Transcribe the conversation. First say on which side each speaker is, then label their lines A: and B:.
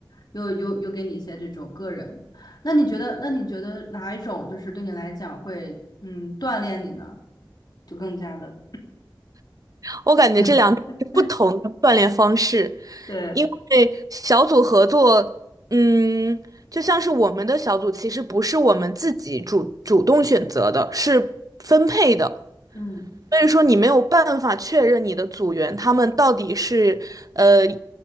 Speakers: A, on the left; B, on the right.
A: 又又又给你一些这种个人。那你觉得，那你觉得哪一种就是对你来讲会，嗯，锻炼你呢？就更加的，
B: 我感觉这两种是不同的锻炼方式，
A: <laughs> 对，
B: 因为小组合作，嗯，就像是我们的小组其实不是我们自己主主动选择的，是分配的。
A: 嗯，
B: 所以说你没有办法确认你的组员他们到底是呃